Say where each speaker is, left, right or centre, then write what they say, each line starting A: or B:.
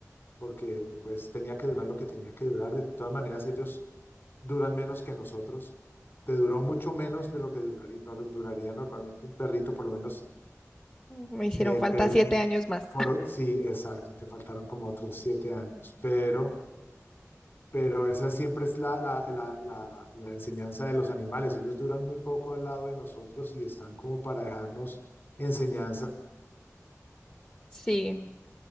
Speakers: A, on the left (about 50°); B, on the left (about 20°).
A: porque pues tenía que durar lo que tenía que durar. De todas maneras, ellos duran menos que nosotros. Te duró mucho menos de lo que duraría, no- duraría normalmente un perrito, por lo menos,
B: Me hicieron
A: eh,
B: falta
A: pero
B: siete años más.
A: por, sí, exacto, te faltaron como otros siete años, pero, pero esa siempre es la, la, la, la, la enseñanza de los animales. Ellos duran muy poco al lado de nosotros y están como para dejarnos enseñanzas
B: <laughs> Sí.